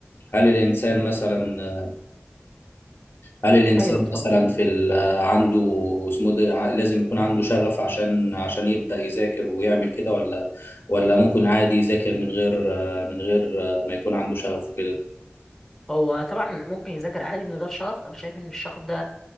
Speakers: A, on the left; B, in the centre.
A: هل الانسان مثلا هل الانسان
B: ايوه اتفضل
A: مثلا في ال- آه، عنده اسمه ده ع- لازم يكون عنده شغف عشان عشان يبدا يذاكر ويعمل كده ولا ولا ممكن عادي يذاكر من غير آه من غير آه ما يكون عنده شغف وكده
B: هو طبعا ممكن يذاكر عادي من غير شغف انا شايف ان الشغف ده